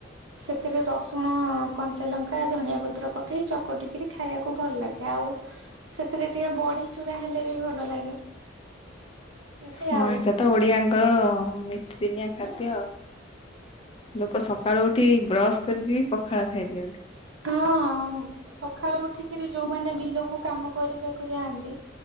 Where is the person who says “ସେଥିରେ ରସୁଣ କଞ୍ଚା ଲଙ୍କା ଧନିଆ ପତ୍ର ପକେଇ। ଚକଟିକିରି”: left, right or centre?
Right